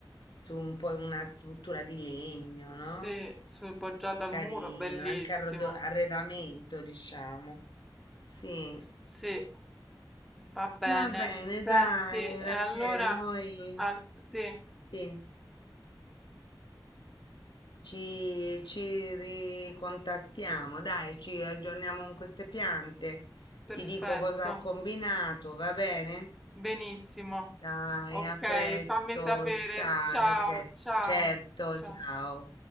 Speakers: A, on the left (about 65°); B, in the centre.
A: su un po' una struttura di legno, no?
B: sì, sul poggiato al
A: Carino,
B: muro, bellissimo.
A: anche arrodo- arredamento, diciamo. Sì.
B: Sì, va bene.
A: Va bene,
B: Senti,
A: dai,
B: e allora
A: Rachele, noi
B: al- sì,
A: sì. Ci, ci ricontattiamo, dai, ci aggiorniamo con queste piante.
B: perfetto,
A: Ti dico cosa ho combinato, va bene?
B: benissimo.
A: Dai,
B: Ok,
A: a presto.
B: fammi sapere.
A: Ciao,
B: Ciao,
A: Rachele.
B: ciao,
A: Certo,
B: ciao.
A: ciao.